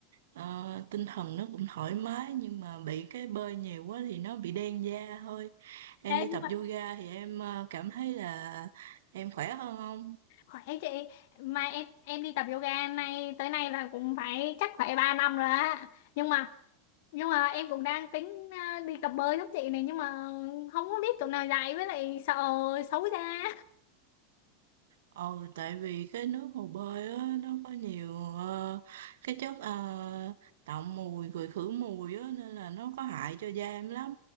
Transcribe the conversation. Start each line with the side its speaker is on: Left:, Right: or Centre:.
Right: ờ, tinh thần nó cũng thoải mái nhưng mà bị cái bơi nhiều quá thì nó bị đen da thôi. Em
Left: Ê,
Right: đi
Left: nhưng
Right: tập
Left: mà
Right: yoga thì em ờ, cảm thấy là em khỏe hơn không?
Left: khỏe chị, mà em em đi tập yoga nay tới nay là cũng phải chắc phải 3 năm rồi á. Nhưng mà nhưng mà em cũng đang tính à, đi tập bơi giống chị này nhưng mà không có biết chỗ nào dạy với lại sợ xấu ra.
Right: Ờ, tại vì cái nước hồ bơi á, nó có nhiều ờ, cái chất ờ, tạo mùi rồi khử mùi á, nên là nó có hại cho da em lắm.